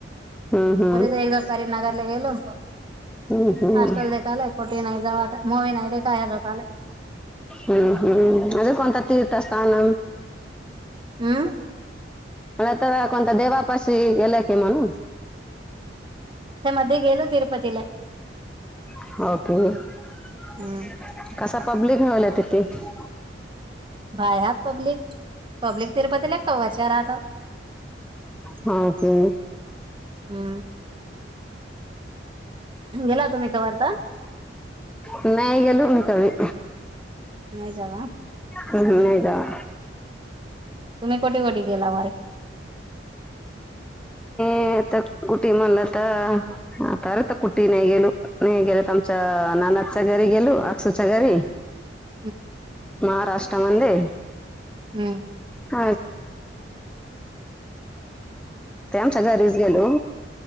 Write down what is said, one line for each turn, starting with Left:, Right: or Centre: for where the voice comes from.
Centre: हम्म हम्म हम्म
Right: पर एकदा करीमनगरला गेलो
Centre: हम्म हम्म
Right: हॉस्टेल देखालाय कुठे नाही जाऊ आता मूवी नाही ते काय ह्या जाता
Centre: हम्म.. हम्म.. असं कोणतं तीर्थस्थान
Right: हम्म
Centre: आणि आता कोणत्या देवापाशी गेल्या की म्हणून
Right: ते मध्ये गेलो तिरुपतीला
Centre: <unintelligible>
Right: हम्म <unintelligible>
Centre: हा तेच
Right: <inaudible> <inaudible> गेला तुम्ही कवा आता
Centre: नाही गेलो मी कवी
Right: नाही जावा
Centre: हुं हुं नाही जावा
Right: तुम्ही कोठे कोठे गेला <inaudible> मग <unintelligible> <inaudible>
Centre: ते आता कुटी म्हणलं तर ह तरर तर कुठे नाही गेलो. नाही गेल तर आमच्या नानाच्या घरी गेलो. अक्षूच्या घरी
Right: <inaudible>
Centre: महारास्ट्रा मंदे
Right: हम्म
Centre: <unintelligible> ते आमच्या घरीच गेलो